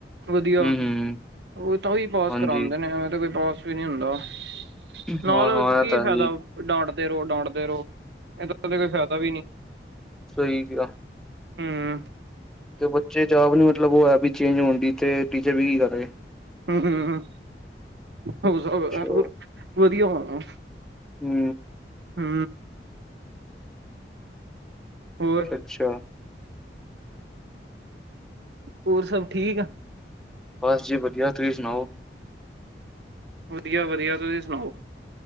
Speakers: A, on the right (about 80°); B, in the centre.
A: ਵਧੀਆ।
B: ਹਮ ਹਮ
A: ਓ ਤਾਂ ਓਈ ਪਾਸ
B: ਹਾਂਜੀ
A: ਕਰਾਂਦੇ ਨੇ ਏਵੇਂ ਤਾਂ ਕੋਈ ਪਾਸ ਵੀ ਨੀ ਹੁੰਦਾ। ਨਾਲ
B: ਹਾਂ
A: ਓਕੇ
B: ਹਾਂ
A: 'ਚ ਕੀ
B: ਇਹ ਤਾਂ
A: ਫਾਇਦਾ
B: ਹੈ ਜੀ
A: ਡਾਂਟ। ਦੇ ਰੋ। ਡਾਂਟਦੇ ਰੋ। ਏਦਾ ਤੇ ਕੋਈ ਫੈਦਾ ਵੀ ਨੀ।
B: ਸਈ ਕਿਆ।
A: ਹੂੰ।
B: ਤੇ ਬੱਚੇ ਜਾਬ ਨੀ ਮਤਲਬ ਓ ਹੈ ਵੀ ਚੇਂਜ ਹੋਣ ਦੀ ਤੇ ਟੀਚਰ ਵੀ ਕੀ ਕਰ ਰੇ।
A: ਹੂੰ ਹੂੰ ਹੂ ਹੋ ਸਭ
B: ਅੱਛਾ
A: ਵਧੀਆ ਹੋਣਾ।
B: ਹੂੰ।
A: ਹੂੰ। ਹੋਰ
B: ਅੱਛਾ ।
A: ਹੋਰ ਸਭ ਠੀਕ ਆ।
B: ਬਸ ਜੀ ਵਧੀਆ ਤੁਸੀਂ ਸੁਣਾਓ।
A: ਵਧੀਆ ਵਧੀਆ ਤੁਸੀਂ ਸੁਣਾਓ।